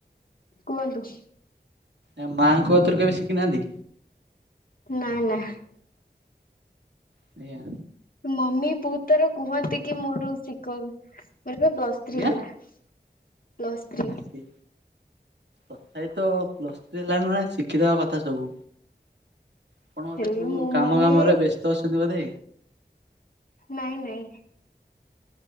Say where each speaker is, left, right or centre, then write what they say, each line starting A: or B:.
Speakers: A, on the left; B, on the right.
A: କୁହନ୍ତୁ।
B: ଆଉ ମାଆଙ୍କ କତିରୁ କେବେ ଶିଖିନାହାନ୍ତି?
A: ନା ନା
B: ସେଇଆ
A: ମମି ବହୁତ ଥର କୁହନ୍ତି କି ମୋଠୁ ଶିଖ, ମୋର ପ୍ଲଶ୍
B: ଆଜ୍ଞା
A: ଥ୍ରୀ ହେଲା ପ୍ଲସଥ୍ରୀ
B: ଆଜ୍ଞା ସେ ତଥାପି ତ ପ୍ଲସ୍ ଥ୍ରୀ ହେଲାଣୀ ମାନେ ଶିଖିଦବା କଥା ସବୁ। ଆପଣ ବୋଧେ
A: ହେଲେ
B: କୋଉ
A: ମୋ
B: କାମ
A: ମମି
B: ଦାମରେ ବ୍ୟସ୍ତ ଅଛନ୍ତି ବୋଧେ?
A: ନାଇଁ ନାଇଁ।